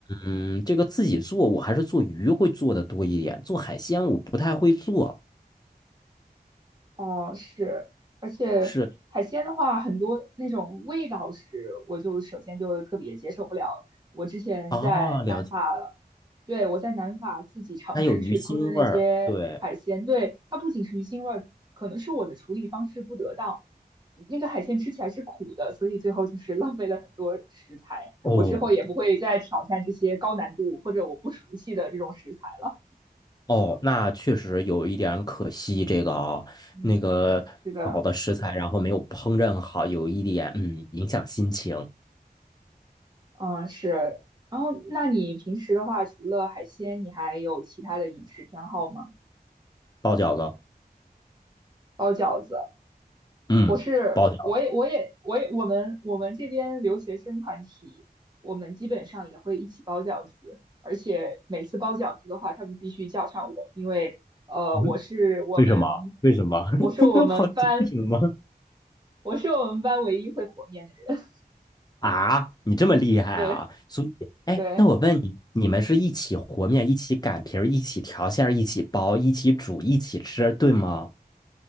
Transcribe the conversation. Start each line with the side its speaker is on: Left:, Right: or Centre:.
Left: 嗯，这个自己做我还是做鱼会做的多一点，做海鲜我不太会做。
Right: 哦，是，而且海鲜的话，
Left: 是
Right: 很多那种味道是，我就首先就特别接受不了。我之前在南法，
Left: 啊，了解，
Right: 对，我在南法自己尝试去烹饪那些海鲜，
Left: 它有鱼腥味儿。对，
Right: 对，它不仅是鱼腥味儿，可能是我的处理方式不得当，那个海鲜吃起来是苦的，所以最后就是浪费了很多食材。
Left: 哦，
Right: 我之后也不会再挑战这些高难度或者我不熟悉的这种食材了。
Left: 哦，那确实有一点可惜，这个啊、
Right: 嗯，
Left: 那个好的食材，
Right: 是的。
Left: 然后没有烹饪好，有一点嗯影响心情。
Right: 嗯，是。然后，那你平时的话，除了海鲜，你还有其他的饮食偏好吗？
Left: 包饺子，
Right: 包饺子，
Left: 嗯，
Right: 我是，
Left: 包饺子，
Right: 我也，我也，我也，我们我们这边留学生团体，我们基本上也会一起包饺子，而且每次包饺子的话，他们必须叫上我，因为呃，
Left: 嗯，
Right: 我是我们，
Left: 为什么？为什么？<laughs>
Right: 我是我们班，
Left: 好奇为什么？
Right: 我是我们班唯一会和面的人。
Left: <laughs> 啊，你这么厉害啊！
Right: 对
Left: 所以，哎，
Right: 对。
Left: 那我问你，你们是一起和面、一起擀皮儿、一起调馅儿、一起包、一起煮、一起吃，对吗？